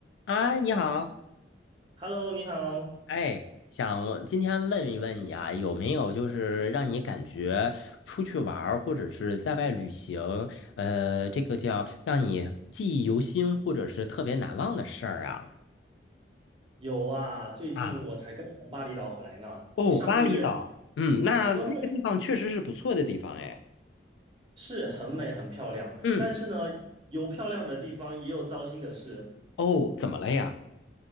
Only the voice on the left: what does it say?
哎，你好，
哎，想今天问一问你啊，有没有就是让你感觉出去玩儿或者是在外旅行，呃，这个叫让你记忆犹新或者是特别难忘的事儿啊？
啊，哦，
巴厘岛，嗯，那那个地方确实是不错的地方哎。
嗯
哦，怎么了呀？